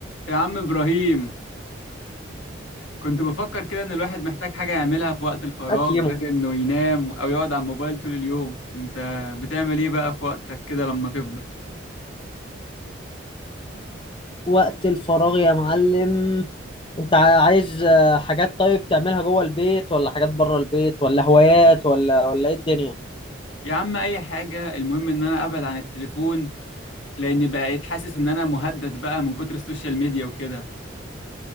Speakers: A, on the left (about 80°); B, on the left (about 25°).
A: يا عم إبراهيم كنت بفكر كده إن الواحد محتاج حاجة يعملها في وقت الفراغ
B: اكيمو
A: غير إنه ينام أو يقعد على الموبايل طول اليوم أنت بتعمل إيه بقى في وقتك كده لما تفضى
B: وقت الفراغ يا معلم انت ع- عايز آه، حاجات طيب تعملها جوه البيت ولا حاجات بره البيت ولا هوايات ولا ولا ايه الدنيا
A: يا عم أي حاجة المهم إن أنا أبعد عن التليفون لأن بقيت حاسس إن أنا مهدد بقى من كتر السوشيال ميديا وكده